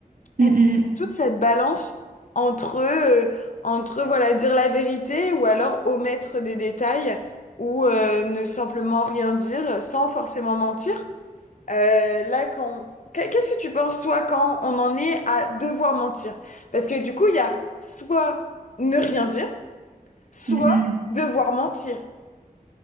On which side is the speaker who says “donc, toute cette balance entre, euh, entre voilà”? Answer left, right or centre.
Left